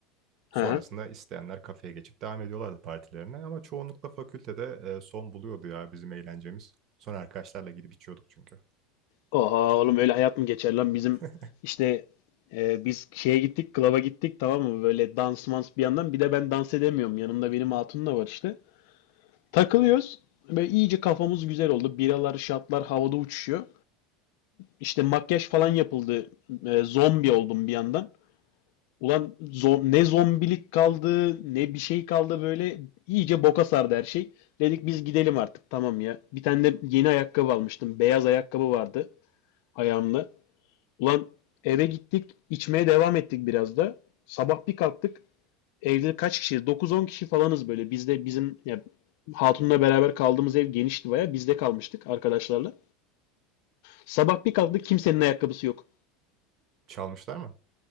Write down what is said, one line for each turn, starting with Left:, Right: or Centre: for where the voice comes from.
Right: Sonrasında
Left: Hı hı.
Right: isteyenler kafeye geçip devam ediyorlardı partilerine ama çoğunlukla fakültede e, son buluyordu ya bizim eğlencemiz. Sonra arkadaşlarla gidip içiyorduk çünkü.
Left: Oha oğlum öyle hayat mı geçer lan bizim
Right: <laughs>
Left: işte e, biz şeye gittik klaba gittik tamam mı böyle dans mans bir yandan bir de ben dans edemiyorum yanımda benim hatun da var işte takılıyoruz böyle iyice kafamız güzel oldu biralar şatlar havada uçuşuyor işte makyaj falan yapıldı E, zombi oldum bir yandan ulan zo- ne zombilik kaldı ne bir şey kaldı böyle iyice boka sardı her şey dedik biz gidelim artık tamam ya bir tane de yeni ayakkabı almıştım beyaz ayakkabı vardı ayağımda Ulan eve gittik, içmeye devam ettik biraz da. Sabah bir kalktık. Evde kaç kişi? 9-10 kişi falanız böyle. Bizde bizim ya hatunla beraber kaldığımız ev genişti baya. Bizde kalmıştık arkadaşlarla. Sabah bir kalktık kimsenin ayakkabısı yok.
Right: Çalmışlar mı?